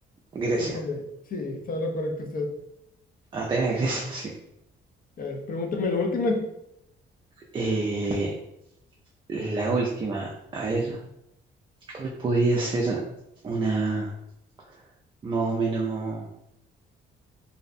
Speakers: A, on the right; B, on the left.
A: Grecia.
B: Híjole, sí, está lo correcto usted.
A: Atenas, <laughs> Grecia, sí.
B: A ver, pregúntame la última.
A: Eh, la última, a ver, ¿cuál podría ser una más o menos...